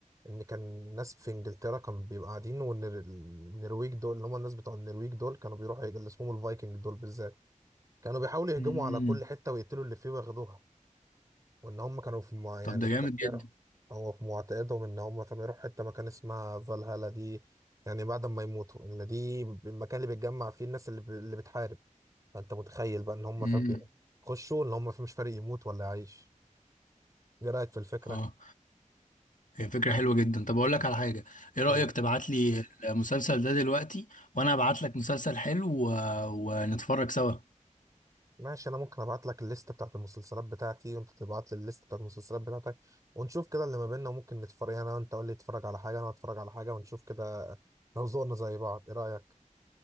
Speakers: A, on the right; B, on the left.
A: ان كان الناس في انجلترا كانوا بيبقوا قاعدين وان ال- النرويج دول اللي هم الناس بتوع النرويج دول كانوا بيروحوا اللي اسمهم الفايكنج دول بالذات كانوا بيحاولوا يهجموا
B: امم
A: على كل حتة ويقتلوا اللي فيه وياخدوها وان هم كانوا في مع... يعني
B: طب ده
A: في
B: جامد
A: تفكيرهم
B: جدا
A: هو في معتقدهم ان هم فما يروحوا حته مكان اسمها فالهالا دي يعني بعد ما يموتوا ان دي المكان اللي بيتجمع فيه الناس اللي, ب... اللي بتحارب فانت متخيل بقى ان هم
B: امم
A: فاهم بيخشوا ان هم مش فارق يموت ولا يعيش ايه رايك في الفكره
B: اه هي فكرة حلوة جدا طب أقول لك على حاجة إيه رأيك
A: قول
B: تبعت لي المسلسل ده دلوقتي وأنا أبعت لك مسلسل حلو و... ونتفرج سوا
A: ماشي انا ممكن ابعت لك الليست بتاعت المسلسلات بتاعتي وانت تبعت لي الليست بتاعت المسلسلات بتاعتك ونشوف كده اللي ما بيننا وممكن نتفرج يعني انا وانت قول لي اتفرج على حاجه انا اتفرج على حاجه ونشوف كده لو ذوقنا زي بعض ايه رايك